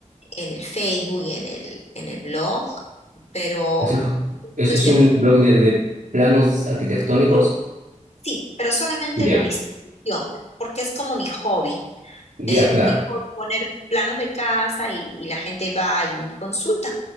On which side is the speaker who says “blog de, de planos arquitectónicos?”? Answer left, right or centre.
Right